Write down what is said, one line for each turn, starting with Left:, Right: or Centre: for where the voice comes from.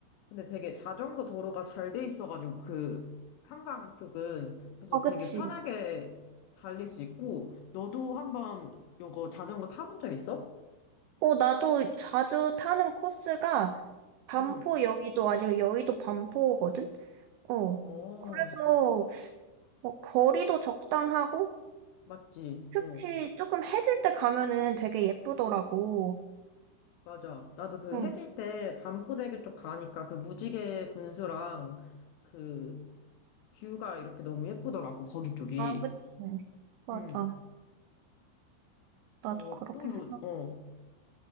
Left: 근데 되게 자전거 도로가 잘 돼 있어가지고 그 한강 쪽은 그래서
Right: 아, 그치.
Left: 되게 편하게 달릴 수 있고 너도 한번 요거 자전거 타본 적 있어?
Right: 어, 나도 자주 타는 코스가 반포
Left: 응.
Right: 여의도 아니면 여의도 반포거든? 어.
Left: 어,
Right: 그래서 뭐 거리도 적당하고
Left: 맞지.
Right: 특히
Left: 어,
Right: 조금 해질 때 가면은 되게 예쁘더라고.
Left: 맞아. 나도 그
Right: 응.
Left: 해질 때 반포대교 쪽 가니까 그 무지개 분수랑 그 뷰가 이렇게 너무 예쁘더라고 거기 쪽이.
Right: 아, 그치. 맞아.
Left: 응.
Right: 나도
Left: 어,
Right: 그렇게
Left: 또 요,
Right: 생각해.
Left: 어.